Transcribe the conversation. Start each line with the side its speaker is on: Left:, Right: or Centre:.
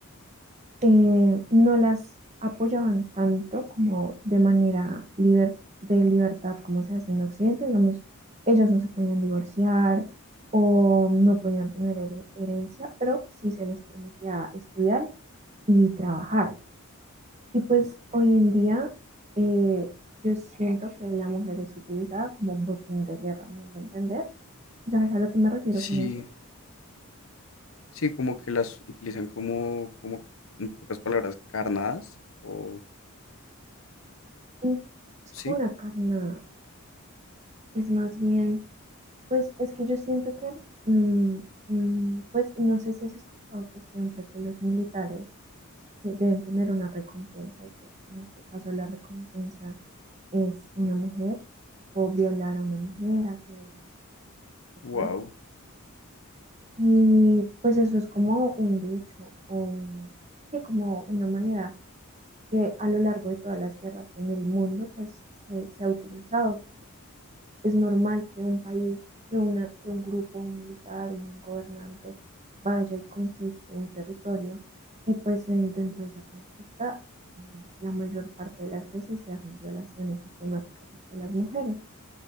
Right: eh, no las apoyaban tanto como de manera liber- de libertad como se hace en Occidente, digamos, ellas no se podían divorciar o no podían tener her- herencia, pero sí se les permitía estudiar y trabajar. Y pues
Left: Ok.
Right: hoy en día eh, yo siento que la mujer es utilizada como botín de guerra, me voy a entender. ¿Sabes a lo que me refiero
Left: Sí,
Right: con eso?
Left: sí, como que las utilizan como, como, en pocas palabras, carnadas o
Right: Mm, Es
Left: sí,
Right: como una carna, es más bien, pues es que yo siento que, mm, mm, pues no sé si has escuchado que siempre que los militares eh, deben tener una recompensa y pues en este caso la recompensa es una mujer o violar a una mujer, agredir a una mujer,
Left: wow,
Right: Y pues eso es como un dicho, o un- sí, como una manera que a lo largo de todas las guerras en el mundo pues se, se ha utilizado. Pues, es normal que un país, que una, que un grupo, un militar, un gobernante vaya y conquiste un territorio y pues en- dentro de esa conquista mm, la mayor parte de las veces se hacen violaciones sistemáticas hacia las mujeres.